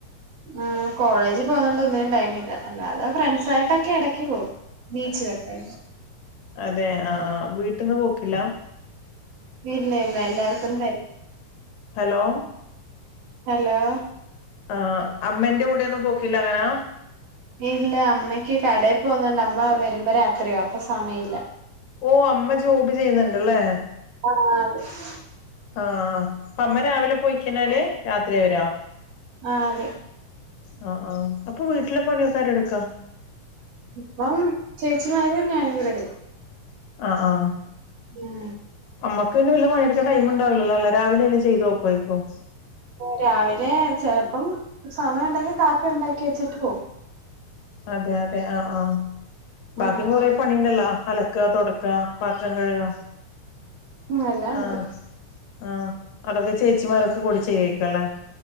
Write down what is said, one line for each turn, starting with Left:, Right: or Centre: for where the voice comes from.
Right: ആഹ് കോളേജ് പോന്നോണ്ട് ഒന്നിനും ടൈമില്ല അല്ലാതെ ഫ്രണ്ട്സ് ആയിട്ടൊക്കെ എടയ്ക്ക് പോവും ബീച്ചിലൊക്കെ
Left: തെ ആ ആ വീട്ട്ന്ന് പോക്കില്ല
Right: ഇല്ല ഇല്ല എല്ലാർക്കും തെര
Left: ഹലോ
Right: ഹലോ
Left: ആ അമ്മന്റെ കു ടെന്നും പോക്കില്ല അങ്ങനാ
Right: ഇല്ല അമ്മയ്ക്ക് കടയിൽ പോന്നോണ്ട് അമ്മ വരുമ്പോ രാത്രിയാവും അപ്പൊ സമയല്ല
Left: ഓ അമ്മ ജോബ് ചെയ്യുന്നുണ്ടല്ലേ ആ
Right: ആഹ് അതെ
Left: ആ അ അപ്പ അമ്മ രാവിലെ പോയിക്കയ്ഞ്ഞാല് രാത്രിയാ വരാ
Right: ആഹ് അതെ
Left: ആ ആഹ് അപ്പൊ വീട്ടിലെ പണിയൊക്കെ ആരാടുക്കാ
Right: ഇപ്പം ചേച്ചിമാരും ഞാനും കൂടെടുക്കും
Left: അ ആ
Right: ഉം
Left: അമ്മക്ക് പിന്നെ വല്ല്യ പണിട്ക്കാ ടൈം ണ്ടാവില്ലല്ലോല്ലേ രാവിലെല്ലാം ചെയ്തവേക്കോയിക്കും
Right: രാവിലെ ചെലപ്പം ചാ അമ്മണ്ടെങ്ങി കാപ്പി ഉണ്ടാക്കി വച്ചിട്ട് പോം
Left: അതെ അതെ ആ ആ
Right: ഉം
Left: ബാക്കിം കൊറെ പണിണ്ടല്ലോ അലക്കാ തൊട ക്കാ പാത്രം കഴുകാ
Right: ഉം എല്ലാം
Left: ആ
Right: ഉണ്ട്
Left: ആ അതൊക്കെ ചേച്ചിമാര് ക്കെ കൂടി ചെയ്യേക്കുംല്ലേ